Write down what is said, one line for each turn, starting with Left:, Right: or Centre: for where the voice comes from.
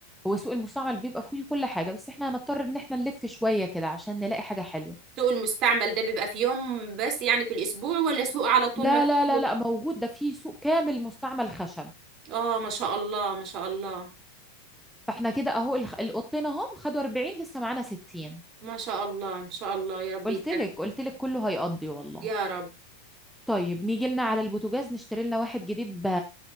Centre: هو سوق المستعمل بيبقى فيه كل حاجة بس احنا هنضطر ان احنا نلف شوية كده عشان نلاقي حاجة حلوة
Right: سوق المستعمل ده بيبقى في يوم بس يعني في الأسبوع ولا سوق على طول
Centre: لا
Right: مفتوح
Centre: لا لا لا موجود ده فيه سوق كامل مستعمل خشب
Right: اه ما شاء الله ما شاء الله
Centre: فاحنا كده اهو الخ- القطين اهم خدوا 40 لسه معانا 60
Right: ما شاء الله إن شاء الله يا رب
Centre: قلت
Right: يكفي
Centre: لك قلت لك كله هيقضي والله
Right: يا رب
Centre: طيب نيجي لنا على البوتاجاز نشتري لنا واحد جديد ب...